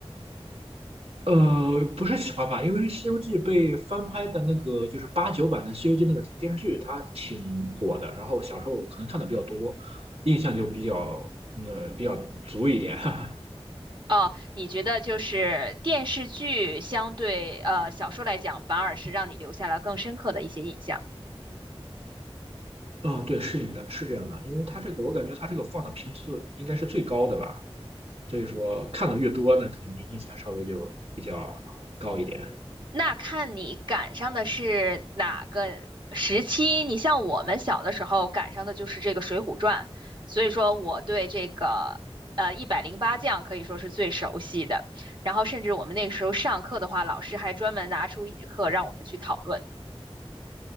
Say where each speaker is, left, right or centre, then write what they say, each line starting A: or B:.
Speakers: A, on the right; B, on the right.
A: 呃，不是喜欢吧，因为《西游记》被翻拍的那个就是八九版的《西游记》那个电视剧，它挺火的。然后小时候可能看的比较多，印象就比较呃比较足一点。<laughs>
B: 哦，你觉得就是电视剧相对呃小说来讲，反而是让你留下了更深刻的一些印象。
A: 嗯，对，是的，是这样的，因为它这个我感觉它这个放的频次应该是最高的吧，所以说看的越多，那肯定印象稍微就比较高一点。
B: 那看你赶上的是哪个时期。你像我们小的时候赶上的就是这个《水浒传》，所以说我对这个呃一百零八将可以说是最熟悉的。然后甚至我们那个时候上课的话，老师还专门拿出一节课让我们去讨论。